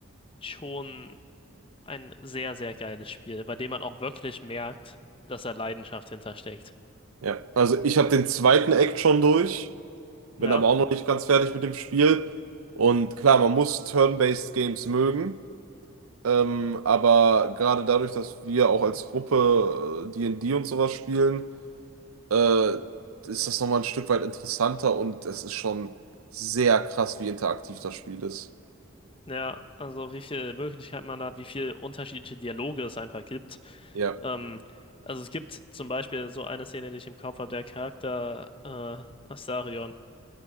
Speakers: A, on the left; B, on the right.
A: schon ein sehr, sehr geiles Spiel, bei dem man auch wirklich merkt, dass da Leidenschaft hintersteckt.
B: ja. Also ich habe den zweiten Act schon durch, bin
A: Ja,
B: aber auch noch nicht ganz fertig mit dem Spiel. Und klar, man muss Turn-based Games mögen. Ähm, aber gerade dadurch, dass wir auch als Gruppe äh, D&D und D und sowas spielen, äh, ist das nochmal ein Stück weit interessanter und es ist schon sehr krass, wie interaktiv das Spiel ist.
A: ja, also wie viel Möglichkeit man hat, wie viel unterschiedliche Dialoge es einfach gibt.
B: Ja,
A: Ähm, also es gibt zum Beispiel so eine Szene, die ich im Kopf habe, der Charakter äh, Astarion.